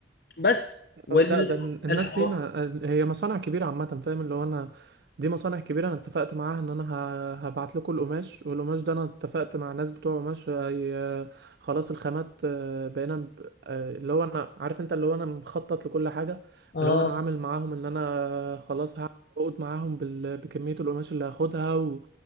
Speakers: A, on the left; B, on the right.
A: بس والحوار
B: اه، لا ده ال- الناس دي أنا ال- هي مصانع كبيرة عامة فاهم اللي هو أنا دي مصانع كبيرة أنا اتفقت معاها إن أنا ه- هبعت لكم القماش والقماش ده أنا اتفقت مع ناس بتوع قماش هي خلاص الخامات آه، بقينا ب- آه، اللي هو أنا عارف أنت اللي هو أنا مخطط لكل حاجة
A: اه
B: اللي هو أنا عامل معاهم إن أنا خلاص هقعد معاهم بال... بكمية القماش اللي هاخدها و...